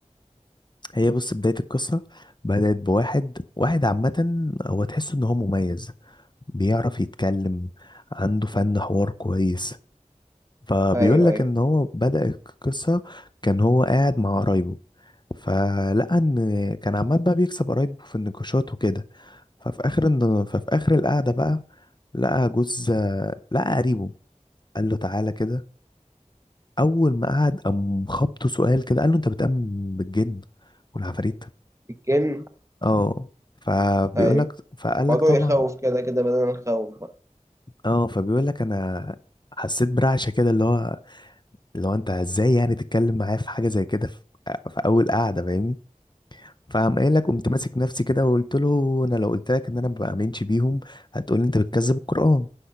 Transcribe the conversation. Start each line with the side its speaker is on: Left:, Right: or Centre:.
Left: هي بص بداية القصة بدأت بواحد واحد عامة هو تحس إن هو مميز بيعرف يتكلم عنده فن حوار كويس فبيقول
Right: ايوه
Left: لك
Right: ايوه
Left: ان هو بدأ القصة كان هو قاعد مع قرايبه فلقى ان كان عمال بقى بيكسب قرايبه في النقاشات وكده ففي اخر الن- ففي اخر القعدة بقى لقى جوز لقى قريبه قال له تعالى كده اول ما قعد قام خبطه سؤال كده قال له انت بتؤمن بالجن والعفاريت
Right: الجن
Left: اه فبيقول
Right: ايوه
Left: لك فقال
Right: موضوع
Left: لك طبعا
Right: يخوف كده كده بدل الخوف بقى
Left: اه فبيقول لك انا حسيت برعشه كده اللي هو اللي هو انت ازاي يعني تتكلم معايا في حاجه زي كده في, في اول قعده فاهمني فقام قايل لك قمت
Right: مم.
Left: ماسك نفسي كده وقلت له انا لو قلت لك ان انا ما بامنش بيهم هتقول لي انت بتكذب القران